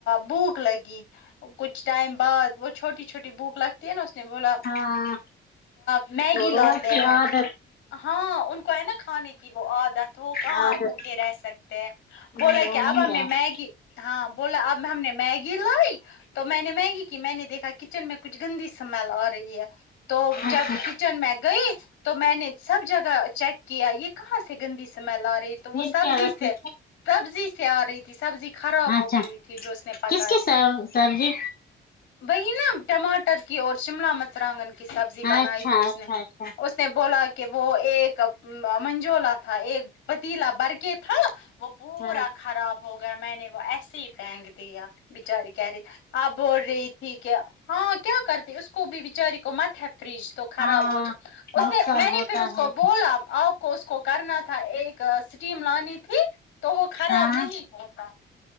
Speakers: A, on the left (about 75°); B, on the left (about 50°).
A: بھوک لگی کچھ ٹائم بعد وہ چھوٹی چھوٹی بھوک لگتی ہے نا اس نے بولا
B: ہاں
A: میگی لاتے
B: روز دیہان
A: ہیں ہاں ان کو ہے نا کھانے کی وہ عادت تو کہاں
B: عادت
A: بھوکے رہ سکتے ہیں بولا
B: نہیں وہ
A: کہ
B: نہیں
A: اب ہم
B: رہا
A: نے میگی ہاں بولا اب ہم نے میگی لائی تو میں نے میگی کی میں نے دیکھا کچن میں کچھ گندی سمل آ رہی ہے تو جب
B: اچھا
A: کچن میں گئی تو میں نے سب جگہ چیک کیا یہ کہاں سے گندی سمیل آ رہی رہی تو
B: پھر
A: وہ سبزی
B: کیا آتی
A: سے سبزی سے آ رہی تھی سبزی خراب
B: اچھا
A: ہو گئی تھی جو اس نے پکا
B: کس کی سب سبزی
A: وہی نا ٹماٹر کی اور شملہ مراگن کی سبزی
B: اچھا
A: بنائی تھی اسنے
B: اچھا اچھا
A: اس نے بولا کہ وہ ایک منجولا تھا ایک پتیلا بھر کے تھا وہ پورا
B: ہاں
A: خراب ہو گیا میں نے وہ ایسے ہی پھینک دیا بچاری کہہ رہی آپ بول رہی تھی کیا ہاں کیا کرتی اس کو بھی بچاری کو مت ہے فریج تو خراب
B: ہاں
A: ہو جائے
B: نقصان
A: اس نے میں
B: ہوتا
A: نے پھر اس
B: ہے
A: کو بولا آپ کو اس کو کرنا تھا ایک اسٹیم لانی تھی تو وہ خراب
B: ہاں
A: نہیں کرتا